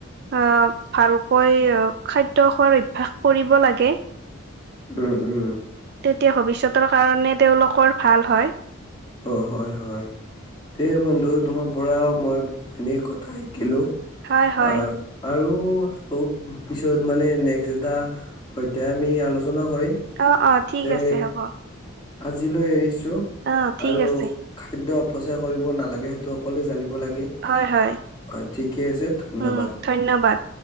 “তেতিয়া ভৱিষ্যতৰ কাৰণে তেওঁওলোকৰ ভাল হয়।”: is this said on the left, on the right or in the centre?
Right